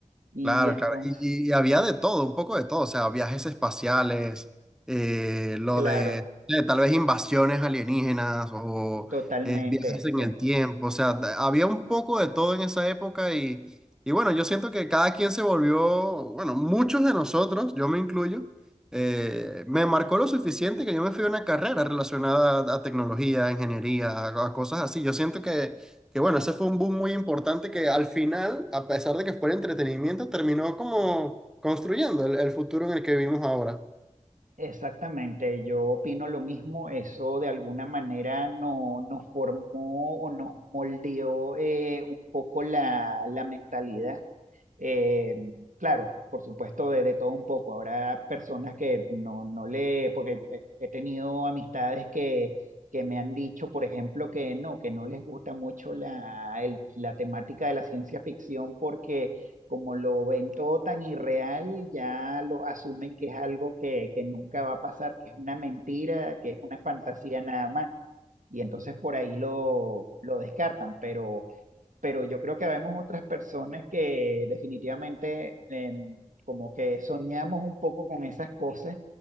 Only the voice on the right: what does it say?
Y
entonces,
claro,
totalmente,
sí.
Exactamente, yo opino lo mismo, eso de alguna manera no, nos formó o nos moldeó eh, un poco la, la mentalidad. Eh, claro, por supuesto, de, de todo un poco. Habrá personas que no, no le, porque he he tenido amistades que, que me han dicho, por ejemplo, que no, que no les gusta mucho la, el- la temática de la ciencia ficción porque como lo ven todo tan irreal, ya lo asumen que es algo que, que nunca va a pasar, que es una mentira, que es una fantasía nada más. Y entonces por ahí lo, lo descartan, pero, pero yo creo que vemos otras personas que definitivamente em, como que soñamos un poco con esas cosas